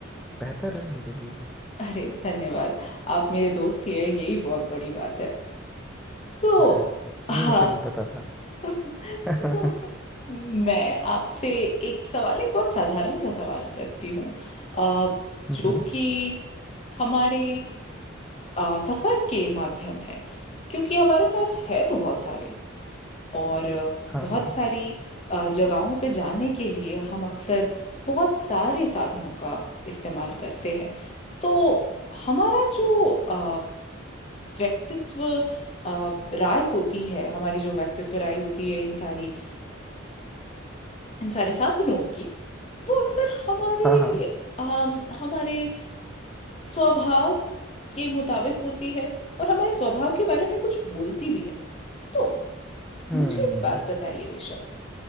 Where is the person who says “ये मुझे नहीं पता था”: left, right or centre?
Centre